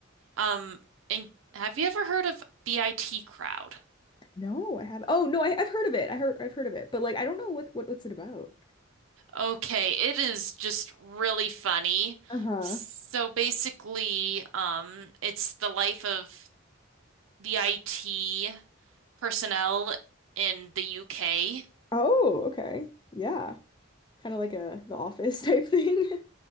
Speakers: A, on the right (about 75°); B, on the left (about 20°).
A: Um, and have you ever heard of the IT crowd?
B: No, I haven't. Oh, no, I, I've heard of it. I heard I've heard of it, but like I don't know what what what's it about.
A: Okay, it is just really funny.
B: Uh-huh.
A: So basically, um, it's the life of the IT personnel in the UK.
B: Oh, okay. Yeah. Kind of like a The Office <laughs> type thing.